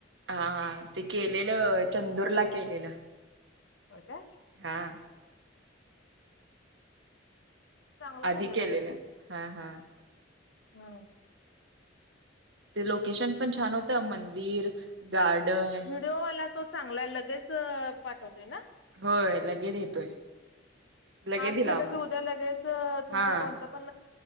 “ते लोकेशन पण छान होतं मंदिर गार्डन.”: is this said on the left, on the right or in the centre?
Right